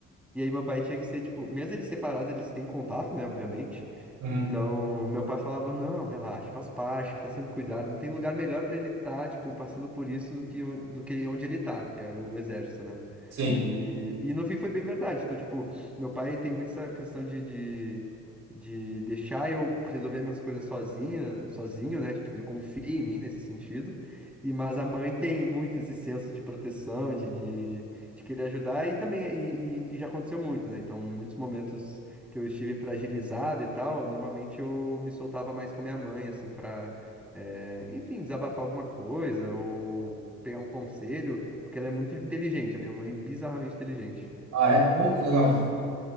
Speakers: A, in the centre; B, on the right.
A: E aí meu pai tinha que ser, tipo, mesmo eles separados, eles têm contato, né, obviamente.
B: Uhum.
A: Então, meu pai falava, não, relaxa, faz parte, ele tá sendo cuidado, não tem lugar melhor pra ele estar, tipo, passando por isso do que, on- do que onde ele tá, que era o exército, né?
B: Sim.
A: E, e no fim foi bem verdade. Então, tipo, meu pai tem muito essa questão de, de, de deixar eu resolver minhas coisas sozinha, sozinho, né? Tipo, ele confia em mim nesse sentido. E, mas a mãe tem muito esse senso de proteção, de, de, de querer ajudar, e também, e, e- e já aconteceu muito, né? Então, muitos momentos que eu estive fragilizado e tal, normalmente eu me soltava mais com a minha mãe, assim, pra, eh, enfim, desabafar alguma coisa ou pegar um conselho. Porque ela é muito inteligente. A minha mãe é bizarramente inteligente.
B: Ah, é? Pô, que legal. cara.